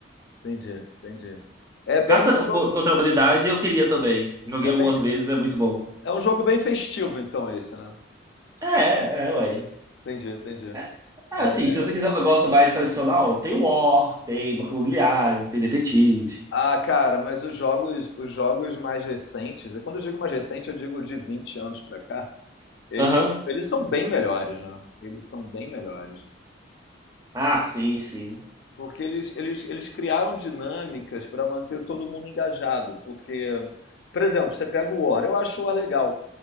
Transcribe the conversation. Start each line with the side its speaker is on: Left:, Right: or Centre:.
Left: Entendi, entendi. É bem,
Right: Cartas
Left: jo-
Right: co- contra a Humanidade eu queria também. Joguei
Left: é
Right: algumas
Left: bem
Right: vezes, é muito bom.
Left: É um jogo bem festivo, então, esse, né?
Right: É, é, é, ué.
Left: Entendi, entendi.
Right: É, Ah,
Left: É,
Right: sim, se você quiser um negócio mais tradicional, tem War, tem Banco Imobiliário, tem Detetive.
Left: ah, cara, mas os jogos, os jogos mais recentes, e quando eu digo mais recente, eu digo de 20 anos pra cá, eles
Right: Aham.
Left: são, eles são bem melhores, né? Eles são bem melhores.
Right: Ah, sim, sim.
Left: Porque eles, eles, eles criaram dinâmicas para manter todo mundo engajado. Porque, por exemplo, você pega o War, eu acho o War legal.